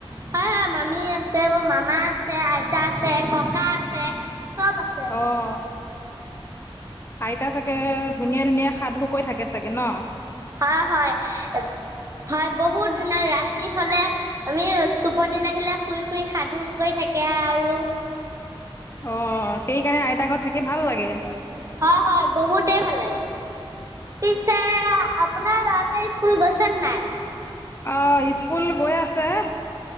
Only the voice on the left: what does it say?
অহ আইতা চাগে ধুনীয়া ধুনীয়া সাধু কয় থাকে চাগে ন?
অহ সেইকাৰণে আইতা ঘৰত থাকি ভাল লাগে।
অ স্কুল গৈ আছে,